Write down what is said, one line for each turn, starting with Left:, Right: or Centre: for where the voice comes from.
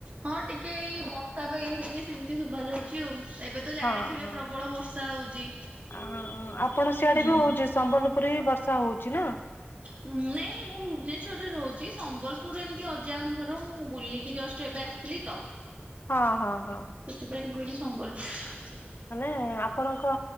Right: ହଁ ଟିକେ ଏଇ ବର୍ଷା ପାଇଁ ଟିକେ ସେମିତି ଶୁଭା ଯାଉଛି ଆଉ, ଏବେ ତ ଜାଣିଥିବେ
Left: ହଁ, ହଁ,
Right: ପ୍ରବଳ ବର୍ଷା ହଉଛି।
Left: ଆ ହଁ ହଁ, ଆପଣ ସିଆଡେ
Right: ହୁଁ। ନାଇଁ
Left: ବି ହଉଛି ସମ୍ବଲପୁରରେ ବି ବର୍ଷା ହଉଛି ନା?
Right: ଉଁ ନାଇଁ ନାଇଁ ମୁ ମୁଁ ଭୁବନେଶ୍ୱଵରରେ ରହୁଛି ସମ୍ବଲପୁର ଏମିତି ଅଜାଙ୍କ ଘର ମୁଁ ବୁଲିକି ଜଷ୍ଟ ଏବେ ଆସିଲି ତ।
Left: <inaudible> ହଁ, ହଁ, ହଁ।
Right: ସେଥିପାଇଁ ମୁ କହିଲି ସମ୍ବଲପୁର।
Left: ମାନେ ଆପଣଙ୍କ